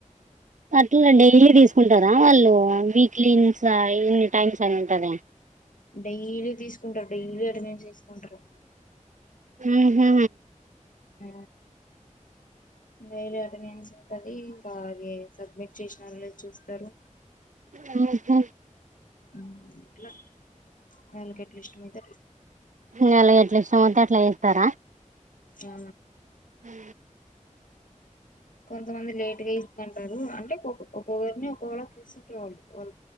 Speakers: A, on the right; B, on the left.
A: అట్లా డైలీ తీసుకుంటారా వాళ్ళు వీక్లీ ఈవినింగ్స్ ఇన్ని టైమ్స్ అని ఉంటదా
B: డైలీ తీసుకుంటారు డైలీ అటేనేండ్స్ ఏసుకుంటారు
A: ఉహు
B: ఊ డైలీ అటెండెన్స్ ఉంటది ఇంకా అది సబ్మిట్ చేసినారో లేదో చూస్తారు
A: ఓహో
B: ఊ ఇట్ల వాళకి ఎట్లా ఇష్టం ఐతే అట్ల
A: ఇగ ఆళ్ళు ఎట్లా ఇష్టం అతే అట్లా ఏస్తారా
B: ఆ
A: ఊ
B: కొంతమంది లేట్ గా ఇస్తుకుంటారు అంటే కొక్ ఒక్కొక్కరిని ఒకొకల చూసి టాల్ వాల్